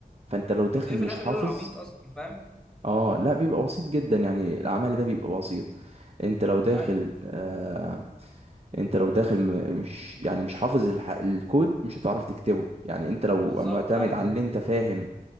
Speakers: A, on the right (about 40°); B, in the centre.
A: فانت لو داخل
B: وتلاقيه في
A: مش
B: الاخر
A: حافظ
B: ايرور عبيط اصلا فاهم؟
A: اه لا بيبقى بسيط جدا يعني العمل ده بيبقى بسيط انت لو داخل
B: ايوه
A: آه انت لو داخل م- مش يعني مش حافظ الح... الكود مش هتعرف تكتبه يعني انت لو
B: بالظبط
A: معتمد
B: ايوه
A: على
B: بالظبط
A: اللي انت فاهم